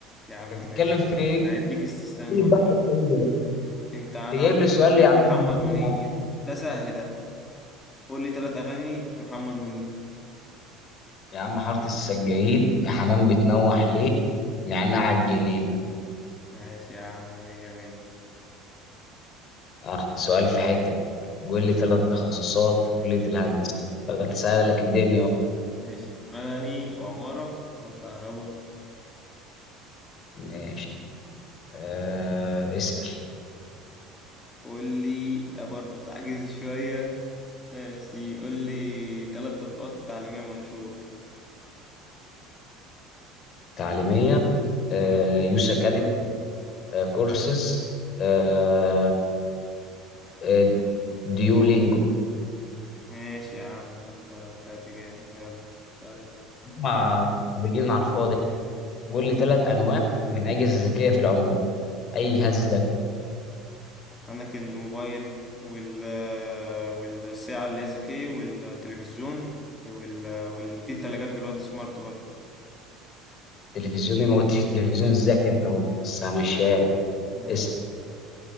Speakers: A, on the left; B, on the left.
A: يا عم
B: انت بتتكلم
A: ماشي
B: في
A: يا عم.
B: ايه
A: هيديك استثناء
B: إيه البحث
A: المرة
B: السريع ده؟
A: دي أنت أنا
B: انت جايب
A: عارف
B: لي
A: أنت
B: سؤال
A: بتحب
B: يا عم
A: محمد منير
B: يا عم
A: ده سهل ده قول لي تلات أغاني لمحمد منير
B: يا عم حاره السجايين يا حمام بتنوح ليه نعناع الجنين
A: ماشي يا عم مية مية
B: اه سؤال في حتة قول لي ثلاث تخصصات في كلية الهندسة بدأت أسألك الدنيا أهو.
A: ماشي مدني وعمارة وكهرباء
B: ماشي آه اسأل
A: قول لي ده برضه تعجز شوية ماشي قول لي تلات تطبيقات تعليمية مشهور
B: تعليمية آه
A: آه،
B: يوس أكاديمي آه كورسز آه آه، ديولينجو
A: ماشي يا عم انت طلعت جامد يلا سأل
B: مع خريجين على الفاضي قول لي ثلاث أنواع من أجهزة ذكية في العموم أي جهاز ذكي
A: عندك الموبايل وال والساعة اللي هي ذكية والتلفزيون وال واللي فيه التلاجات دلوقتي سمارت برضه
B: تلفزيوني ما قلتش التلفزيون الذكي أنت برضه، بس ماشية
A: ماشي
B: اسأل